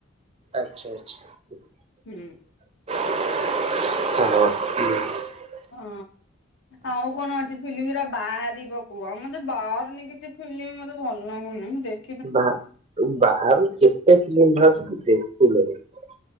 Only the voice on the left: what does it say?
ହୁଁ।
ହଁ ଆଉ କଣ ଅଛି ଫିଲ୍ମୁରା ବାହାରିବ କୁହ ମତେ ବାହାରୁନି କିଛି ଫ <unintelligible> ମତେ ଭଲ ଲାଗୁନି ମୁଁ ଦେ <unintelligible>